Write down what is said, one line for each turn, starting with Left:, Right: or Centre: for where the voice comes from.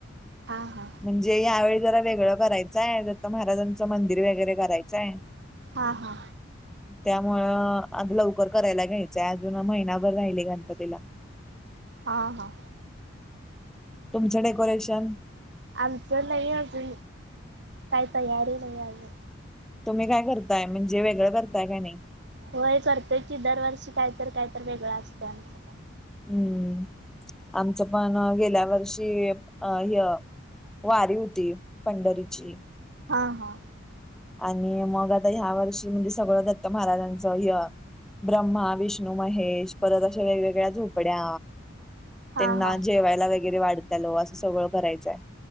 Right: हां हां
Centre: म्हणजे यावेळी जरा वेगळं करायचं आहे ज तर महाराजांचं मंदिर वगैरे करायचंय
Right: हा हा
Centre: त्यामुळं आता लवकर करायला घ्यायचंय अजून महिनाभर राहिली गणपतीला
Right: हा हा
Centre: तुमचं डेकोरेशन
Right: आमच नाही आ त काही तयारी नाही आली
Centre: तुम्ही काय करताय म्हणजे वेगळं करताय काय नाही
Right: हो हे करतोय की दरवर्षी कायत काय तर वेगळां असत आमचं पण
Centre: हम्म आमचं पण गेल्या वर्षी अ ह वारी होती पंढरीची
Right: हा हा
Centre: आणि मग आता ह्या वर्षी म्हणजे सगळं दत्त महाराजांचं य ब्रह्मा विष्ण विष्णू महेश परत अशा वेगवेगळ्या झोपड्या त्यांना
Right: हा हा
Centre: जेवायला वगैरे वाढताल असं सगळं करायचंय.